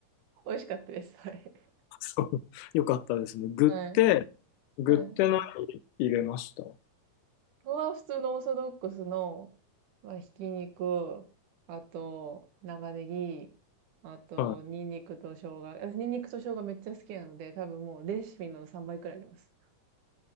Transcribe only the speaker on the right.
美味しかったです。はい。
はい。
はい。こ
こは普通のオーソドックスの、まあ、ひき肉、あと、長ネギ、あと、
ニンニクと生姜。私、ニンニクと生姜めっちゃ好きなので、多分もうレシピの3倍くらいあります。